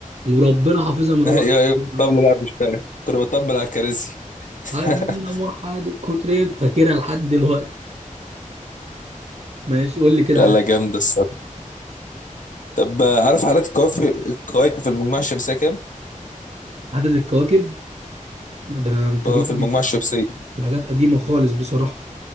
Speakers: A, on the right; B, on the left.
A: وربنا حافظها
B: <laughs>
A: من رابعه
B: ايوه ايوه
A: لو
B: الطبله بقى بتشتغل كنا بنطبل على الكراسي
A: هيؤمنون
B: <laughs>
A: موحد الكترين فاكرها لحد دلوقتي ماشي قول لي كده
B: لا
A: عدد
B: لا جامدة الصراحة طب آه، عارف عدد الكواكب الكواكب في المجموعة الشمسية كام؟
A: عدد الكواكب ده انا انت
B: آه،
A: جيت
B: في
A: لي
B: المجموعة الشمسية
A: في حاجات قديمه خالص بصراحه